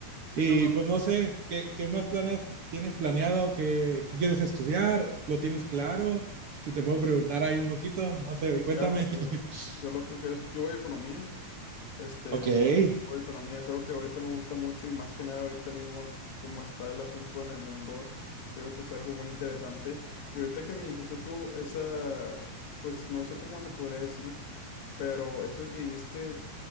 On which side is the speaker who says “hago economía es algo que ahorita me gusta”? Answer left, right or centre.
Left